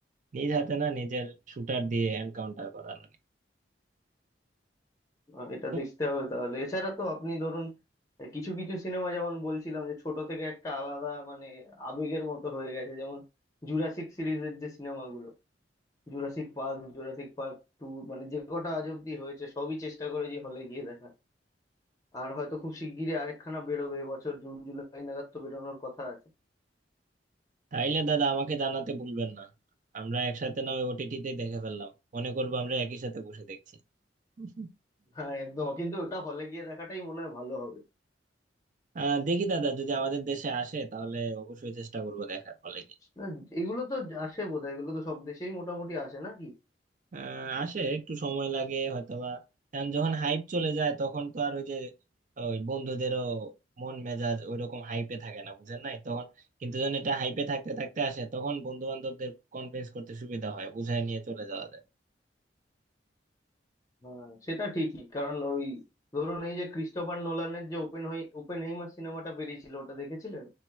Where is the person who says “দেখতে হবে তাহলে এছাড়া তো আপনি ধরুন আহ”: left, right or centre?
Left